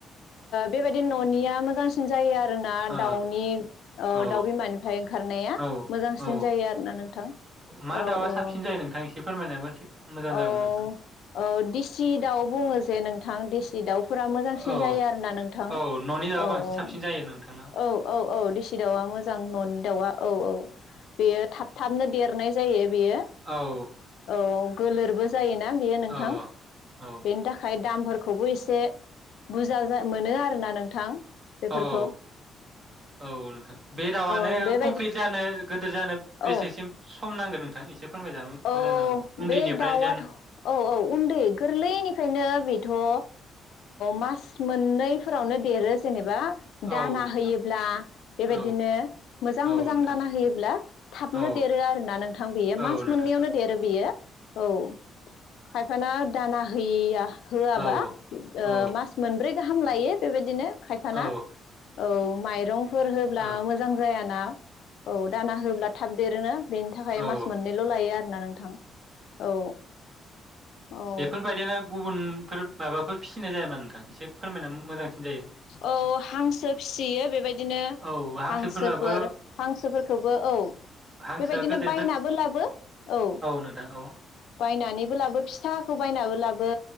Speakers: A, on the left; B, on the right.
A: बेबायदि न'निया मोजांसिन जायो आरो आरोना
B: औ
A: दाउनि
B: औ
A: दाउ बिमानिफ्राय ओंखारनाया
B: औ
A: मोजांसिन
B: औ
A: जायो आरोना नोंथां
B: मा
A: औ
B: दाउआ साबसिन
A: औ
B: जायो नोंथां एसे फोरमायनायाबो थिग मोजां जागौमोन
A: औ
B: नोंथां
A: अ देसि दाउ बुङो जे नोंथां देसि दाउ फोरा मोजांसिन
B: औ
A: जायो आरोना नोंथां
B: औ न'नि दाउआ
A: औ औ
B: बांसिन साबसिन जायो नोंथां ना
A: औ औ औ देसि दाउआ मोजां न'नि दाउआ औ औ बेयो थाब थाबनो देरनाय जायो बेयो
B: औ
A: औ गोलोरबो जायो ना बियो नोंथां
B: औ औ
A: बेनि थाखाय दामफोरखौबो एसे बुरजा मोनो आरो आरोना नोंथां बेफोरखौ
B: औ औ औ नोंथां बे दावानो
A: औ बेबायदि
B: कमप्लिट जानो गोदोर जानो बेसेसिम
A: औ
B: सम नांगौ नोंथां एसे फोरमायजानो
A: औ
B: मोजां जागोन उन्दैनिफ्राय
A: बे दाउआथ'
B: जेन
A: औ औ उन्दै गोरलैनिफ्रायनो बेथ' औ मास मोननैफोरावनो देरो जेनेबा
B: औ
A: दाना होयोब्ला बेबायदिनो
B: औ
A: मोजां
B: औ
A: मोजां
B: नोंथां
A: दाना होयोब्ला थाबनो
B: औ
A: देरो आरोना नोंथां बेयो
B: औ
A: मास मोननैयावनो
B: नोंथां
A: देरो बेयो औ खायफाना दाना हैयिया होआबा
B: औ
A: ओ
B: औ
A: मास मोनब्रै गाहाम लायो बेबायदिनो खायफाना
B: औ
A: औ माइरंफोर होब्ला
B: औ
A: मोजां जायाना औ दाना होब्ला थाब देरोना बेनि थाखाय
B: औ
A: मास
B: औ
A: मोननै ल'लायो आरो ना नोंथां औ। औ
B: बेफोरबायदियानो गुबुनफोर माबाफोर फिसिनाय जाया नामा नोंथां एसे फोरमायना मोजांसिन जायो नोंथां।
A: औ हांसो फिसियो बेबायदिनो
B: औ हांसोफोराबो
A: हांसोफोर हांसोफोरखौबो औ
B: हांसोआ
A: बेबायदिनो
B: गोदोनिफ्राय
A: बायनाबो लाबो औ।
B: नोंथां औ
A: बायनानैबो लाबो फिसा साखौ बायनाबो लाबो